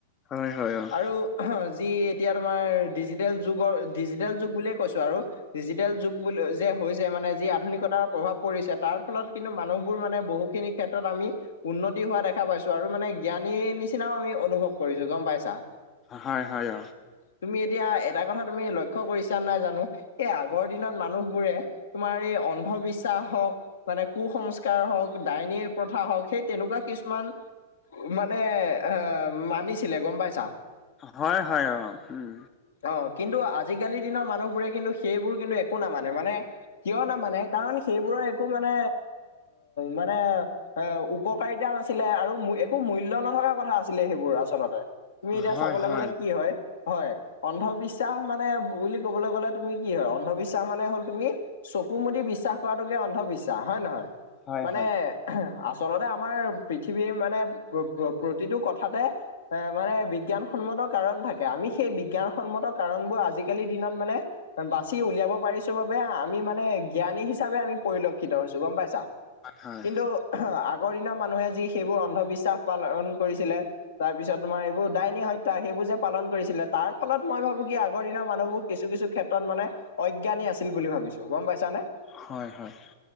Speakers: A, on the left; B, on the left.
A: হয় হয় অ'।
B: আৰু অ যি এতিয়া তোমাৰ ডিজিটেল যুগৰ ডিজিটেল যুগ বুলিয়ে কৈছো আৰু ডিজিটেল যুগ বুলি যে হৈছে মানে যি আধুনিকতাৰ প্ৰভাৱ পৰিছে তাৰ ফলত কিন্তু মানুহবোৰ মানে বহুখিনি ক্ষেত্ৰত আমি উন্নতি হোৱা দেখা পাইছো আৰু মানে জ্ঞানীৰ নিচিনাও আমি অনুভৱ কৰিছো গম পাইছা
A: হয হয়
B: তুমি এতিয়া এটা কথা তুমি লক্ষ্য কৰিছা নাই জানো এই আগৰ দিনত মানুহবোৰে তোমাৰ এই অন্ধবিশ্বাস হওক মানে কু সংস্কাৰ হওক ডাইনী প্ৰথা হওক সেই তেনেকুৱা কিছুমান মানে আহ মানিছিলে গম পাইছা।
A: হয় হয় অ উম
B: অ কিন্তু আজিকালি দিনৰ মানুহবোৰে কিন্তু সেইবোৰ কিন্তু একো নামানে মানে কিয় নামানে কাৰণ সেইবোৰৰ একো মানে মানে এ উপ উপকাৰিতা নাছিলে আৰু একো মূল্য নথকাৰ কথা আছিলে সেইবোৰ আচলতে তুমি এতিয়া
A: হয়
B: চাবলে
A: হয়
B: গ'লে কি হয় হয় অন্ধবিশ্বাস মানে বুলি ক'বলে গ'লে তুমি কি হয় অন্ধবিশ্বাস মানে হ'ল তুমি চকু মুদি বিশ্বাস কৰাতোকে অন্ধবিশ্বাস হয় নে নহয়
A: হয়
B: মানে
A: হয়
B: আ চলতে আমাৰ পৃথিৱীৰ মানে প্ৰ প্ৰতিটো কথাতে এ মানে বিজ্ঞানসন্মত কাৰণ থাকে আমি সেই বিজ্ঞানসন্মত কাৰণবোৰ আজিকালিৰ দিনত মানে বাচি উলিয়াব পাৰিছো বাবে আমি মানে জ্ঞানী হিচাপে আমি পৰিলক্ষিত হৈছো গম পাইছা।
A: হয় হয়
B: কিন্তু আগৰ দিনৰ মানুহে যি সেইবোৰ অন্ধবিশ্বাস পালন কৰিছিলে তাৰ পিছত তোমাৰ এইবোৰ দাইনী হত্যা সেইবোৰ যে পালন কৰিছিলে তাৰ ফলত মই ভাবো কি আগৰ দিনৰ মানুহবোৰ কিছু কিছু ক্ষেত্ৰত মানে অজ্ঞানী আছিল বুলি ভাবিছো গম পাইছানে
A: হয় হয়